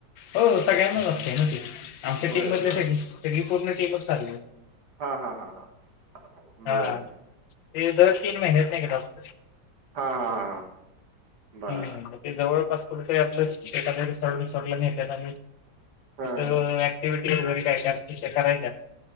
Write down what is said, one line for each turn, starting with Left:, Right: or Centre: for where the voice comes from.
Left: हो सगळ्यांनाच असते ना तिथ आमच्या
Right: होय
Left: टीम मधले
Right: बर
Left: सगळी सगळी पूर्ण टीमच चाली.
Right: हा हा हा हा
Left: हा
Right: बरं.
Left: ते दर तीन महिन्यात न एकदा होते.
Right: हा हा हा हा. बर
Left: हम् ते जवळपास कुठेतरी आपल्या शेतातल्या रिसॉर्ट बिसॉट नेतात आणि तिथं
Right: हा हा
Left: ऍक्टिव्हटी वगैरे काही <unintelligible> करायच्या.